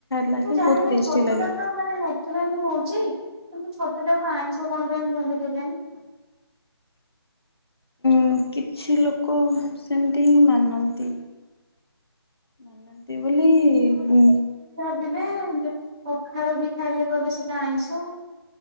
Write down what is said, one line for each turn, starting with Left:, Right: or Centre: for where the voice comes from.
Left: ଲାଗେ
Right: ମୁଁ ଜାଣିନି
Left: ବହୁତ ଟେଷ୍ଟି
Right: ଛତୁ
Left: ଲାଗେ।
Right: ଟା ତ ମାନେ ନ୍ୟଚୁରାଲି ହଉଚି ନାଇ ମ ଛତଟାକୁ ଆଇଁଶ କଣ ପାଇଁ କୁହନ୍ତି କେଜାଣି?
Left: ଉଁ କିଛି ଲୋକ ସେମତି ହିଁ ମାନନ୍ତି। ମାନନ୍ତି ବୋଲି ବୁ
Right: ତେବେ ବେ କଖାରୁ ବି ଖାଇଲେ କହିବେ ସେଟା ଆଇଁଷ।